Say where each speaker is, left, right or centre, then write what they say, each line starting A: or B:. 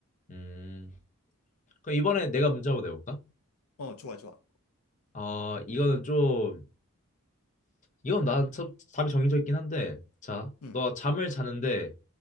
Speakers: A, on the left (about 35°); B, on the left (about 80°).
A: 음. 그럼 이번에 내가 문제 한번 내볼까?
B: 어, 좋아, 좋아.
A: 어, 이거는 좀 이건 나 참- 답이 정해져 있긴 한데 자,
B: 응.
A: 너 잠을 자는데